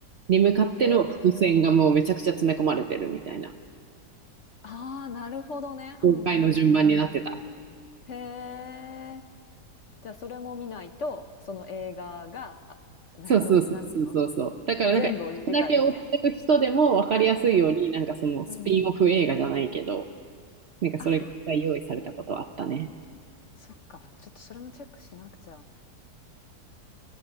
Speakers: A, on the right (about 60°); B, on the left (about 55°).
A: に向かっての伏線がもうめちゃくちゃ詰め込まれてるみたいな、
B: へえああーなるほどねうんうんうん
A: 公開の順番になってた。
B: へえじゃあそれも見ないとその映画がなのなんていうの
A: そうそうそうそうそうそう。だからなんか、
B: 全部を理解できない。
A: だけ追ってる人でも分かりやすいように、
B: うん。
A: なんかそのスピンオフ映画じゃないけど、
B: うん、
A: なんかそれが用意されたことはあったね。
B: ああそっかちょっとそれもチェックしなくちゃ。